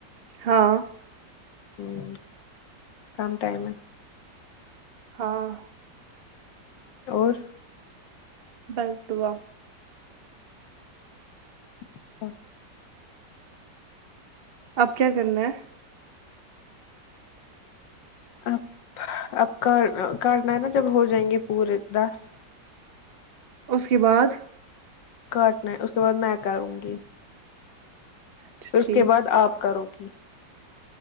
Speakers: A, on the right; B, on the left.
A: ہاں
B: ہوں کم ٹائم ہے
A: ہاں
B: اور
A: بس دعا
B: اچھا
A: اب کیا کرنا ہے
B: اب اب کر کرنا ہے نا جب ہو جائیں گے پورے دس
A: اس کے بعد
B: کاٹنا ہے اس کے بعد میں کروں گی
A: اچھا
B: اس
A: ٹھیک
B: کے بعد آپ کرو گی